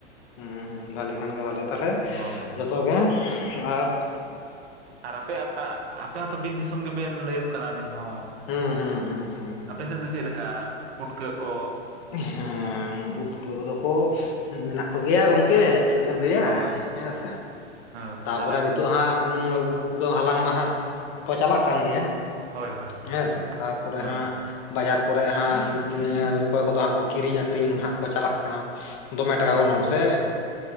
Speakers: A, on the left; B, on the right.
A: ᱦᱩᱸ ᱦᱩᱸ ᱵᱷᱟᱞᱤ ᱠᱷᱟᱱᱜᱮ ᱵᱷᱟᱞᱤ ᱛᱟᱞᱦᱮ᱾
B: ᱦᱳᱭ᱾
A: ᱡᱚᱛᱚᱜ ᱜᱮ ᱟᱨ,
B: ᱟᱨ ᱟᱯᱮ ᱟᱯᱮ ᱦᱚᱸᱛᱚ ᱵᱤᱨ ᱫᱤᱥᱚᱢ ᱜᱮᱵᱮᱱ ᱞᱟᱹᱭᱳᱜ ᱠᱟᱱᱟ ᱟᱵᱤᱱ ᱦᱚᱸ᱾
A: ᱦᱩᱸ ᱦᱩᱸ᱾ ᱦᱩᱸ ᱦᱩᱸ ᱦᱩᱸ
B: ᱟᱯᱮ ᱥᱮᱫ ᱫᱚ ᱪᱮᱫ ᱞᱮᱠᱟ ᱯᱩᱴᱠᱟᱹ ᱠᱚ?
A: ᱦᱮᱸ ᱩᱫ ᱯᱩᱴᱠᱟᱹ ᱠᱚᱫᱚ ᱠᱚ ᱢᱮᱱᱟᱜ ᱠᱚᱜᱮᱭᱟ ᱜᱚᱝᱠᱮ ᱪᱮᱫ ᱵᱮᱱ ᱞᱟᱹᱭᱟ
B: ᱦᱳᱭ
A: ᱦᱮᱸᱥᱮ᱾
B: ᱦᱳᱭ
A: ᱛᱟᱨᱯᱚᱨᱮ
B: ᱛᱟᱦᱚᱞᱮ
A: ᱱᱤᱛᱚᱜ ᱦᱟᱸᱜ <inaudible> ᱩᱫ ᱯᱩᱴᱠᱟᱹ ᱦᱟᱞᱟᱝ ᱢᱟ ᱦᱟᱸᱜ ᱠᱚ ᱪᱟᱞᱟᱜ ᱠᱟᱱ ᱜᱮᱭᱟ᱾
B: ᱦᱳᱭ ᱦᱳᱭ ᱦᱳᱭ
A: ᱦᱮᱸ
B: ᱦᱳᱭ
A: ᱥᱮ ᱛᱟᱨᱯᱚᱨᱮ
B: ᱦᱳᱭ
A: ᱦᱟᱸᱜ, ᱵᱟᱡᱟᱨ ᱠᱚᱨᱮ ᱦᱟᱸᱜ <inaudible> ᱚᱠᱚᱭ ᱠᱚᱫᱚ ᱦᱟᱸᱜ ᱠᱚ ᱠᱤᱨᱤᱧ ᱟᱹᱠᱷᱨᱤᱧ ᱦᱟᱸᱜ ᱠᱚ ᱪᱟᱞᱟᱜ ᱠᱟᱱᱟ᱾ ᱫᱚᱢᱮ ᱴᱟᱠᱟ
B: ᱦᱳᱭ
A: ᱜᱚᱱᱚᱝ ᱥᱮ,